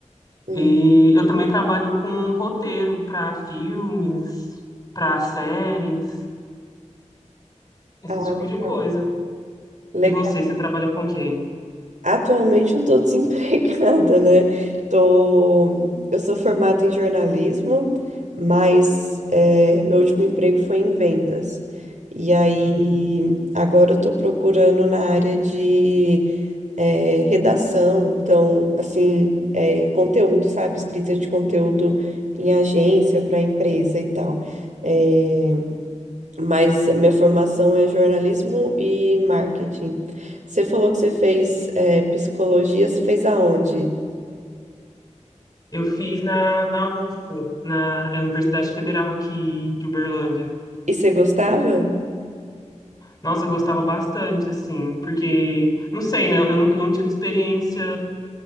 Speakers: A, on the right; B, on the left.
A: hum.
B: E eu também trabalho com roteiro para filmes, para séries, esse
A: Ah,
B: tipo
A: legal.
B: de coisa.
A: Legal.
B: E você, você trabalha com o quê?
A: Atualmente eu estou <laughs> desempregada, né? Tô... Eu sou formada em jornalismo, mas é, meu último emprego foi em vendas. E aí, agora eu estou procurando na área de é, redação. Então, assim, é, conteúdo, sabe? Escrita de conteúdo em agência para empresa e tal. É, Mas a minha formação é jornalismo e marketing. Você falou que você fez eh, psicologia, você fez aonde?
B: Eu fiz na, na UFO, na é a Universidade Federal aqui de Uberlândia.
A: E você gostava?
B: Nossa, eu gostava bastante, assim, porque, não sei, né? Eu não, eu não tive experiência